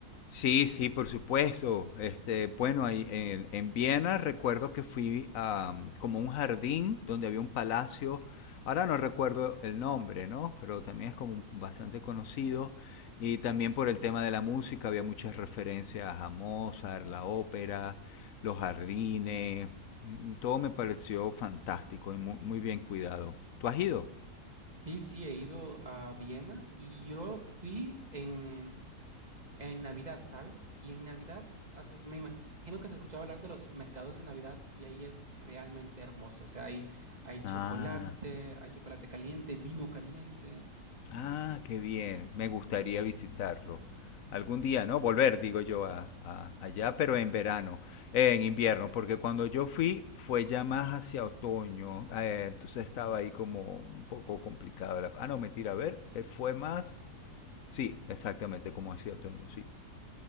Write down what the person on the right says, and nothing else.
Sí, sí, he ido a Viena y yo fui en, en Navidad, ¿sabes? Y en Navidad, haces- me imagino que has escuchado hablar de los mercados de Navidad y ahí es realmente hermoso. O sea, hay, hay chocolate,
hay chocolate caliente, vino caliente.